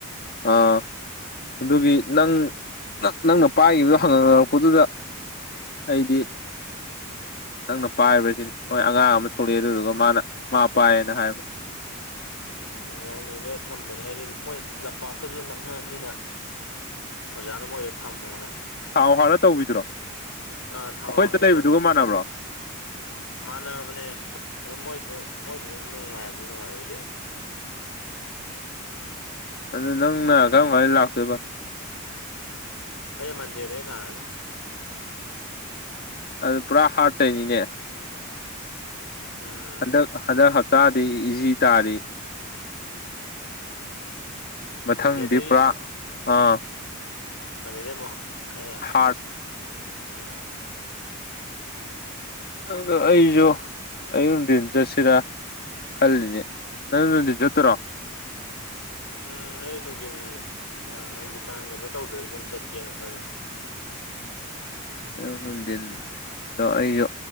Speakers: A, on the left; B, on the left.
A: ꯑꯥ ꯑꯗꯨꯒꯤ ꯅꯪ ꯅꯪꯅ ꯄꯥꯏꯈꯤꯕꯗꯣ ꯐꯪꯅꯔꯛꯄꯗꯨꯗ ꯑꯩꯗꯤ ꯅꯪꯅ ꯄꯥꯏꯕꯖꯤꯗꯤ ꯍꯣꯏ ꯑꯉꯥꯡ ꯑꯃ ꯊꯣꯛꯂꯛꯑꯦ ꯑꯗꯨꯗꯨꯒ ꯃꯥꯅ ꯃꯥ ꯄꯥꯏꯌꯦꯅ ꯍꯥꯏꯕ
B: ꯎꯝ ꯋꯥꯡꯂꯦꯟꯗ ꯊꯝꯕꯅꯦ ꯍꯥꯏꯗꯤ ꯃꯣꯏ ꯂꯝꯄꯥꯛꯀꯖꯨ ꯅꯛꯅꯕꯅꯤꯅ ꯑꯣꯖꯥꯅ ꯃꯣꯏꯗ ꯊꯝꯃꯣꯅ
A: ꯊꯥꯎ ꯍꯥꯜꯂ ꯇꯧꯕꯤꯗꯨꯔꯣ
B: ꯑꯥ ꯊꯥꯎ
A: ꯑꯈꯣꯏꯗ
B: ꯍꯥꯜꯂꯒ
A: ꯂꯩꯕꯗꯨꯒ ꯃꯥꯟꯅꯕ꯭ꯔꯣ
B: ꯃꯥꯟꯅꯕꯅꯦ ꯑꯗꯣ ꯃꯣꯏꯗꯨ ꯃꯣꯏꯗꯨꯅ ꯅꯨꯡꯉꯥꯏꯕꯅꯤ ꯅꯨꯡꯉꯥꯏꯕꯕꯨꯗꯤ
A: ꯑꯗꯨ ꯅꯪꯅ ꯀꯔꯝ ꯃꯥꯏꯅ ꯂꯥꯛꯇꯣꯏꯕ
B: ꯑꯩ ꯃꯟꯗ‌ꯦꯗꯩ ꯂꯥꯛꯑꯅꯤ
A: ꯑꯗꯨ ꯄꯨꯔꯥ ꯍꯥꯔ꯭ꯠꯇꯩꯅꯤꯅꯦ
B: ꯎꯝ
A: ꯍꯟꯗꯛ ꯍꯟꯗꯛ ꯍꯞꯇꯥꯗꯤ ꯏꯖꯤ ꯇꯥꯔꯤ ꯃꯊꯪꯗꯤ
B: ꯃꯟꯗꯦꯗꯒꯤ
A: ꯄꯨꯔꯥ ꯑꯥ
B: ꯃꯟꯗ‌ꯦꯗꯩ ꯑꯃꫭꯛ ꯍꯌ‌ꯦꯡ
A: ꯍꯥꯔꯠ
B: ꯎꯝ
A: ꯑꯗꯨ ꯑꯩꯖꯨ ꯑꯌꯨꯛ ꯅꯨꯡꯗꯤꯟ ꯆꯠꯁꯤꯔ ꯀꯜꯂꯤꯅꯦ ꯅꯪꯗꯤ ꯅꯨꯡꯗꯤꯟ ꯆꯠꯇꫭꯏꯔꫭ
B: ꯎꯝ ꯑꯩ ꯅꯨꯡꯗꯤꯟ ꯑꯥ ꯗꯨꯀꯥꯟ ꯀꯩꯅꯣ ꯇꯧꯗ꯭ꯔꯗꯤ ꯑꯗꯨꯝ ꯆꯠꯀꯦꯅ ꯈꯜꯂꯦ
A: ꯑꯌꯨꯛ ꯅꯨꯡꯗꯤꯟ ꯑꯗꯣ ꯑꯩꯖꯨ